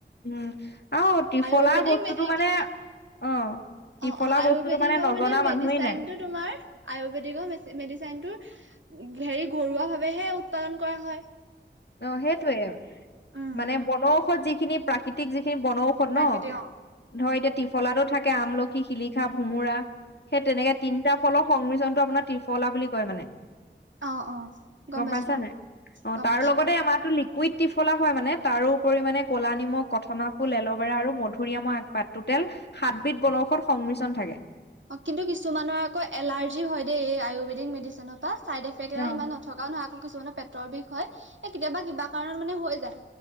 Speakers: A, on the left; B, on the right.
A: উম, আৰু ত্ৰিফলা
B: আয়ুৰ্বেদিক
A: বস্তুটো
B: মেডি
A: মানে অঁ ত্ৰিফলা
B: অ অ আয়ুৰ্বেদিকৰ
A: বস্তুটো মানে নজনা
B: মেডিচাইনটো
A: মানুহেই নাই।
B: তোমাৰ আয়ুৰ্বেদিকৰ মেডিচিনটো হেৰি ঘৰুৱা ভাৱেহে উৎপাদন কৰা হয়।
A: অঁ সেইটোয়ে,
B: উম
A: মানে বনৌষধ যিখিনি প্ৰাকৃতিক যিখিনি বনৌ ষধ
B: প্ৰাকৃতি
A: ন।
B: অ
A: ধৰ এতিয়া ত্ৰিফলাতো থাকে আমলখি, শিলিখা, ভোমোৰা। সেই তেনেকে তিনিটা ফলৰ সংমিশ্ৰণটো আপোনাৰ ত্ৰিফলা বুলি কয় মানে।
B: অ অ
A: গম
B: পাইছো
A: পাইছ
B: অ
A: নাই? অঁ,
B: গম
A: তাৰ
B: পাইছো
A: লগত আমাৰতো লিকুইড ত্ৰিফলা হয় মানে, তাৰোওপৰি মানে ক'লা নিমখ, কঠনা ফুল, এল'ভেৰা আৰু মধুৰিআমৰ আগ পাত, টোটেল সাতবিধ বনৌষধ সংমিশ্ৰণ থাকে।
B: কিন্তু কিছুমানৰ আকৌ এলাৰ্জি হয় দেই। এই আয়ুৰ্বেদিক মেডিচিনৰ পৰা চাইড এফেক্ট এটা
A: অ
B: ইমান থকাও নহয় আকৌ কিছুমানৰ পেটৰ বিষ হয় এ কেতিয়াবা কিবা কাৰণত মানে হৈ যায়।